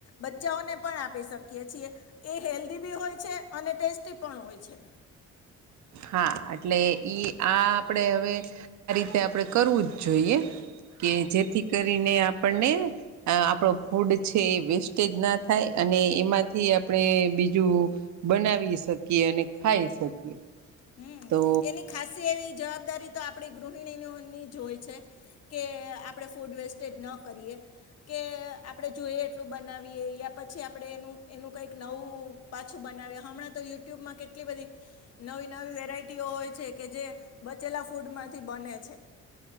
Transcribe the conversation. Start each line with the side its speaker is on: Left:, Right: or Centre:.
Left: બચ્ચાઓને પણ આપી શકીએ છીએ એ હેલ્ધી બી હોય છે અને ટેસ્ટી પણ હોય છે.
Right: હા એટલે ઈ આ આપણેે હવે આ રીતે આપણે કરવું જ જોઈએ કે જેથી કરીને આપણને આ આપણો ફૂડ છે એ વેસ્ટેજ ના થાય અને એમાંથી આપણે બીજું બનાવી શકીએ અને ખાઈ શકીએ.
Left: હમ
Right: તો
Left: એની ખાસ એવી જવાબદારી તો આપણી ગૃહિણીઓની જ હોય છે. કે આપણે ફૂડ વેસ્ટેજ ન કરીએ. કે આપણે જોઈએ એટલું બનાવીએ યા પછી આપણે એનું એનું કંઈક નવું પાછું બનાવ હમણાં તો યુટ્યુબમાં કેટલી બધી નવી નવી વેરાયટીઓ હોય છે કે જે બચેલા ફૂડ માંથી બને છે.